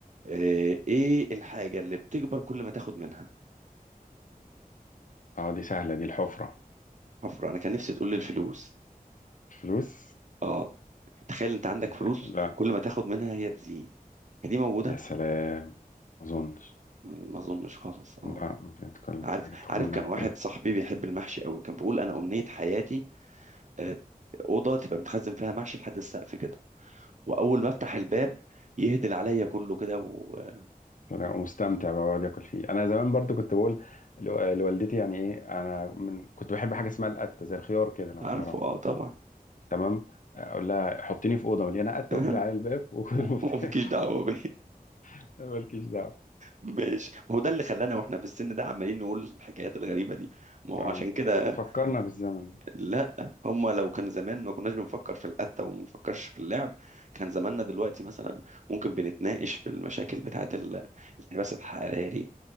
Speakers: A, on the right; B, on the left.
A: آه، ايه الحاجة اللي بتكبر كل ما تاخد منها
B: اه دي سهلة دي الحفرة
A: حفرة انا كان نفسي تقول لي الفلوس
B: الفلوس
A: اه تخيل انت عندك فلوس
B: بت- لا
A: كل ما تاخد منها هي تزيد هي دي موجودة
B: يا سلام ما اظنش
A: ما ما اظنش خالص اه
B: لا
A: آه.
B: مش هتكون
A: عارف
B: حاجة بتاخد
A: عارف
B: منها
A: كان
B: بتقل
A: واحد صاحبي بيحب المحشي قوي كان بيقول انا امنية حياتي آه، اوضه تبقى متخزن فيها محشي لحد السقف كده واول ما افتح الباب يهدل عليا كله كده وشو
B: انا مستمتع بقى بقعد اكل فيه انا زمان برضو كنت بقول لو- لوالدتي يعني ايه انا من كنت بحب حاجة اسمها القتة زي الخيار كده لو
A: عارفه
B: تعرف
A: اه طبعا
B: تمام اقول لها حطيني في اوضه مليانه قته
A: <laughs>
B: وقفلي عليا الباب وخد المفتاح
A: مالكيش دعوه بيه
B: <laughs> مالكيش دعوه
A: ماشي ما هو ده اللي خلانا واحنا في السن ده عمالين نقول الحكايات الغريبه دي ما هو
B: اه
A: عشان كده
B: فكرنا بالزمن ده.
A: لا هما لو كان زمان ما كناش بنفكر في القتة وما بنفكرش في اللعب كان زماننا دلوقتي مثلا ممكن بنتناقش في المشاكل بتاعة ال- الانحباس الحراري